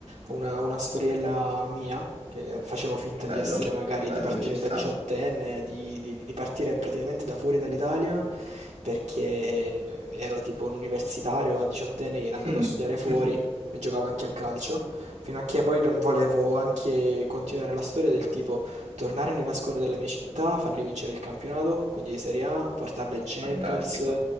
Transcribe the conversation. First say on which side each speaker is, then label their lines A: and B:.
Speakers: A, on the right; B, on the right.
A: una, una storiella mia, che facevo finta
B: Bello,
A: di essere magari
B: bello,
A: di partire
B: ci sta.
A: da diciottenne, di, di- di partire praticamente da fuori dall'Italia, perché ero tipo un universitario a diciottenne che era andato
B: Mm.
A: a studiare fuori
B: <laughs>
A: e giocavo anche a calcio, fino a che poi non volevo anche continuare la storia del tipo... Tornare nella squadra della mia città, fargli vincere il campionato, quindi di Serie A, portarla in Champions
B: Fantastico.